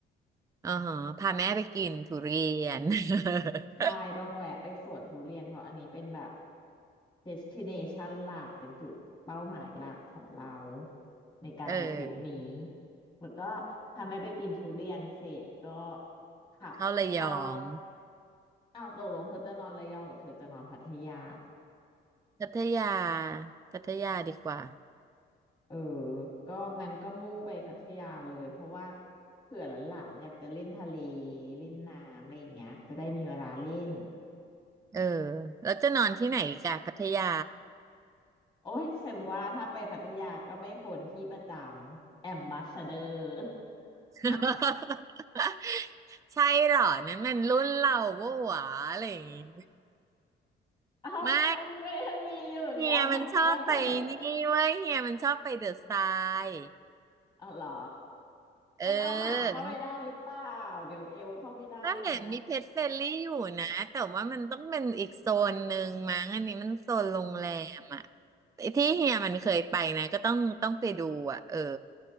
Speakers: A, on the right (about 15°); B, on the left (about 25°).
A: อ่าฮะพาแม่ไปกินทุเรียน <laughs>
B: ใช่ต้องแวะไปสวนทุเรียน เพราะอันนี้เป็นแบบ destination หลักเป็นจุดเป้าหมายหลักของเราในการไปทริปนี้
A: เออ
B: แล้วก็ทำให้ไปกินทุเรียนเสร็จก็ขับเข้า
A: เข้าระยอง
B: อ้าวตกลงเธอจะนอนระยองหรือเธอจะนอนพัทยา
A: พัทยา พัทยาดีกว่า
B: เออก็งั้นก็มุ่งไปพัทยาเลยเพราะว่าเผื่อหลานๆอยากจะเล่นทะเลเล่นน้ำอะไรอย่างเงี้ยจะได้มีเวลาเล่น
A: เออ แล้วจะนอนที่ไหนอีกอะพัทยา
B: โอ้ยฉันว่าถ้าไปพัทยาก็ไม่พ้นที่ประจำแอมบาสเดอร์
A: <laughs>
B: <laughs>
A: ใช่เหรอ นั้นมันรุ่นเราโว้หวาอะไรอย่างงี้
B: เอ้ามันก็ยังมีอยู่นี่แอมบาสเดอร์
A: ไม่เฮียมันชอบไปนี่เว้ยเฮียมันชอบไปเดอะทราย
B: <laughs> อ๋อเหรอ
A: เออ
B: มันเอาหมาเข้าไปได้หรือเปล่าเดี๋ยวเอลเข้าไม่ได้นะ
A: ก็เห็นมีเพจเฟรลี่อยู่นะ แต่ว่ามันต้องเป็นอีกโซนหนึ่งมั้งอันนี้มันโซนโรงแรมอ่ะ ที่เฮียมันเคยไปนะก็ต้องต้องไปดูอ่ะเออ